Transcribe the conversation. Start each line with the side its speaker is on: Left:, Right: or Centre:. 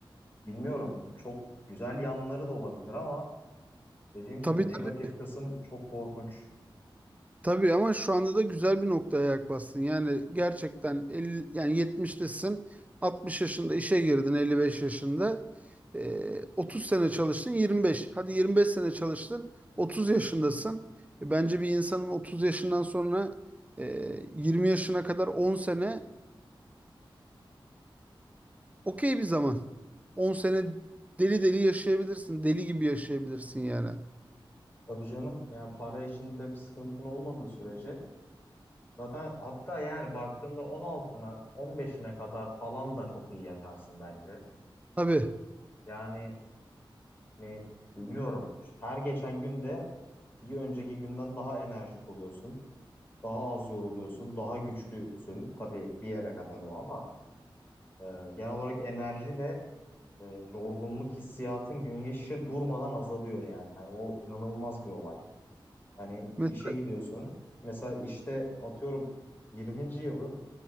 Left: bilmiyorum çok güzel yanları da olabilir ama dediğim gibi
Right: Tabii
Left: negatif
Right: tabii,
Left: kısım çok korkunç.
Right: tabii ama şu anda da güzel bir noktaya ayak bastın. Yani gerçekten 50, yani 70'tesin, 60 yaşında işe girdin, 55 yaşında. Ee, 30 sene çalıştın, 25. Hadi 25 sene çalıştın, 30 yaşındasın. E, Bence bir insanın 30 yaşından sonra e, 20 yaşına kadar 10 sene Okey bir zaman. on sene deli deli yaşayabilirsin. Deli gibi yaşayabilirsin yani.
Left: Tabii canım yani para işinde bir sıkıntın olmadığı sürece Zaten hatta yani baktığında 16'ına 15'ine kadar falan da çok iyi yaşarsın bence.
Right: Tabii.
Left: Yani ne bilmiyorum. Her geçen günde bir önceki günden daha enerjik oluyorsun. Daha az yoruluyorsun. Daha güçlüsün. Tabii bir yere kadar o ama e, genel olarak enerji ve e, yorgunluk hissiyatın gün geçişe durmadan azalıyor yani. Hani o inanılmaz bir olay. Hani
Right: Mes-
Left: işe gidiyorsun. Mesela işte atıyorum 20. yılın